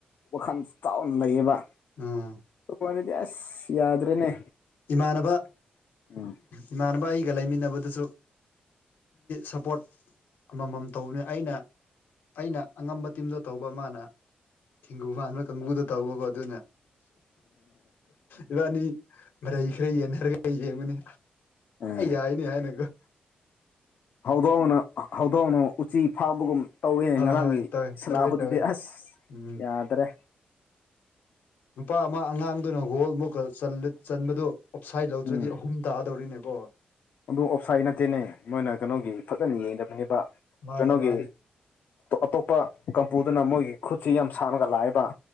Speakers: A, on the left (about 60°); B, on the left (about 90°).
A: ꯋꯥꯈꯜ ꯆꯥꯎꯅ ꯂꯩꯌꯦꯕ
B: ꯑꯥ
A: ꯇꯗꯤ ꯑꯁ ꯌꯥꯗ꯭ꯔꯦꯅꯦ
B: ꯏꯃꯥꯟꯅꯕ
A: ꯎꯝ
B: ꯏꯃꯥꯟꯅꯕ ꯑꯩꯒ ꯂꯩꯃꯤꯟꯅꯕꯗꯨꯁꯨ ꯁꯞꯄꯣꯔꯠ ꯑꯃꯃꯝ ꯇꯧꯕꯅꯤ ꯑꯩꯅ ꯑꯩꯅ ꯑꯉꯝꯕ ꯇꯤꯝꯗꯣ ꯇꯧꯕ ꯑꯃꯅ ꯊꯦꯡꯒꯨ ꯐꯕ ꯀꯥꯡꯕꯨꯗ ꯇꯧꯕꯀꯣ ꯑꯗꯨꯅꯦ ꯏꯕꯥꯥꯅꯤ ꯃꯔꯩ ꯈꯔ ꯌꯦꯟꯅꯔꯒ ꯌꯦꯡꯕꯅꯤ
A: ꯎꯝ
B: ꯌꯥꯏꯅꯤ ꯍꯥꯏꯅꯒꯣ
A: ꯍꯧꯗꯣꯡꯅ ꯍꯧꯗꯣꯡꯅ ꯎꯆꯤ ꯐꯥꯕꯒꯨꯝ ꯇꯧꯋꯦꯅꯦ
B: ꯍꯣꯏ
A: ꯉꯔꯥꯡꯒꯤ
B: ꯍꯣꯏ ꯇꯧꯋꯦ
A: ꯁꯅꯥꯄꯣꯠꯇꯗꯤ
B: ꯇꯧꯋꯦ ꯇꯧꯋꯦ
A: ꯑꯁ
B: ꯎꯝ
A: ꯌꯥꯗꯔꯦ
B: ꯅꯨꯄꯥ ꯑꯃ ꯑꯉꯥꯡꯗꯨꯅ ꯍꯒꯣꯜ ꯑꯃꯨꯛꯀ ꯆꯟꯕꯗꯨ ꯑꯣꯞꯁꯥꯏꯠ ꯂꯧꯗ꯭ꯔꯗꯤ
A: ꯎꯝ
B: ꯑꯍꯨꯝ ꯇꯥꯗꯧꯔꯤꯅꯦꯕꯣ
A: ꯑꯗꯨ ꯑꯣꯞꯁꯥꯏꯠ ꯅꯠꯇꯦꯅꯦ ꯃꯣꯏꯅ ꯀꯩꯅꯣꯒꯤ ꯐꯖꯅ ꯌꯦꯡꯗꯕꯅꯤꯕ
B: ꯃꯥꯅꯦ
A: ꯀꯩꯅꯣꯒꯤ
B: ꯃꯥꯅꯦ
A: ꯑꯇꯣꯞꯄ ꯀꯝꯄꯨꯗꯨꯅ ꯃꯣꯏꯒꯤ ꯈꯨꯠꯁꯤ ꯌꯥꯝ ꯁꯥꯡꯃꯒ ꯂꯥꯛꯑꯦꯕ